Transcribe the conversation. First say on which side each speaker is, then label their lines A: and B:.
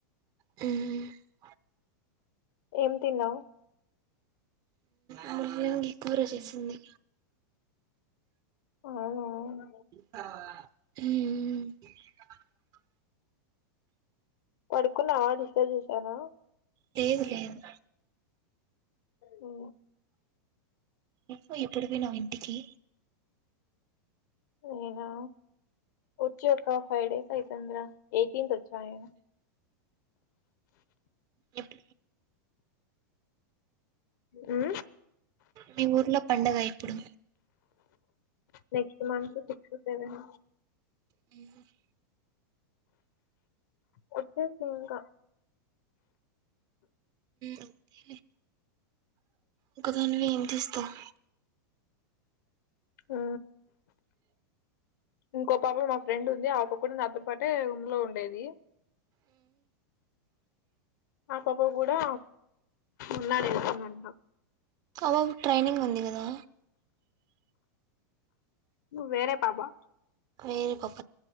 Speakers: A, on the right (about 40°); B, on the left (about 65°).
A: అ
B: ఏం తిన్నావ్
A: అవ్వ ఏమో గి కూర చేసింది
B: అవునా
A: ఉం ఉమ్
B: పడుకున్నావా డిస్టర్బ్ చేసానా
A: లేేదు లేదు
B: ఉ
A: నువ్వు ఎప్పుడు పోయినవ్ ఇంటికి
B: నేనా వచ్చిక ఫైవ్ డేస్ అయితుంది రా ఎయిటీన్ బాగేనా
A: ఇప్
B: ఉం
A: మీ ఊర్లో పండగ ఇప్పుడు
B: next month six seven
A: fever
B: వచ్చేసేయ్ ఇంకా
A: అంతే లే ఒక్కదానివే ఏం చేస్తావు
B: ఆ ఇంకో పాప మా ఫ్రెండ్ ఉంది ఆ ఒప కూడా నాతో పాటే రూమ్లో ఉండేది ఆ పాప కూడా ఉన్నాను వెతుందంట
A: అ పాప్ కి ట్రైనింగ్ ఉంది కదా
B: వేరే పాపా
A: క్రెఫఫ్